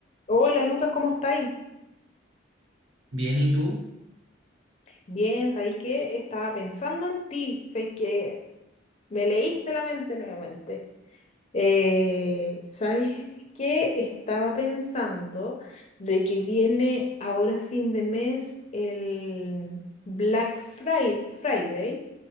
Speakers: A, on the left; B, on the right.
A: Hola Lucas, ¿cómo estáis?
B: Bien, ¿y tú?
A: Bien, ¿sabéis qué? Estaba pensando en ti, ¿sabéis que me leíste la mente nuevamente. Eh, ¿sabéis qué? Estaba pensando de que viene ahora fin de mes el Black Fri- Friday